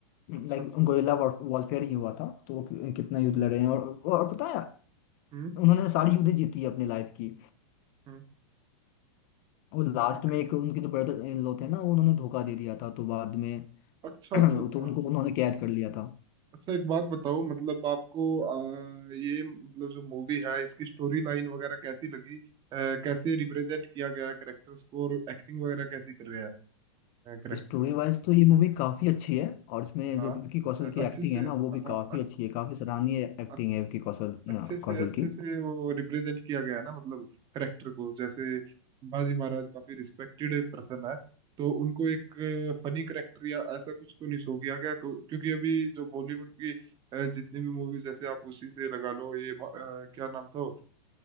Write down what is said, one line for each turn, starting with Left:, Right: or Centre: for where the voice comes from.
Right: अच्छा
Left: लाइक
Right: अच्छा
Left: गोरिल्ला वॉरफेयर ही हुआ था तो वो कि- कितना
Right: हम्म
Left: युद्ध लड़े हैं और और पता है
Right: हम्म
Left: उन्होंने सारी युद्ध जीती है अपनी लाइफ की
Right: हम्म,
Left: और लास्ट
Right: ठीक
Left: में
Right: है।
Left: एक उनके जो ब्रदर इन लॉ थे ना वो उन्होंने धोखा दे दिया था तो बाद में
Right: अच्छा
Left: <clears throat>
Right: अच्छा
Left: तो
Right: अच्छा
Left: उनको उन्होंने कैद कर लिया था
Right: अच्छा एक बात बताओ मतलब आपको अ, ये मतलब जो मूवी है इसकी स्टोरी लाइन वगैरह कैसी लगी अ, कैसे रिप्रेजेंट किया गया करेक्टर्स को और एक्टिंग वगैरह कैसी कर रहे हैं करेक्टर
Left: स्टोरी वाइज तो ये मूवी काफी अच्छी है और इसमें
Right: हाँ
Left: जो विकी कौशल
Right: अ-
Left: की
Right: अच्छे
Left: एक्टिंग
Right: से
Left: है ना वो भी
Right: हाँ
Left: काफी
Right: अक्स,
Left: अच्छी है काफी सराहनीय एक्टिंग
Right: अक-
Left: है विकी कौशल अ,
Right: अच्छे से
Left: कौशल
Right: अच्छे
Left: की
Right: से वो रिप्रेजेंट किया गया है ना मतलब करेक्टर को जैसे संभाजी महाराज काफी रिस्पेक्टेड पर्सन है तो उनको एक फनी करेक्टर या ऐसा कुछ तो नहीं शो किया गया क्यों- क्योंकि अभी जो बॉलीवुड की अ, जितनी भी मूवीज जैसे आप उसी से लगा लो ये म- अ, क्या नाम था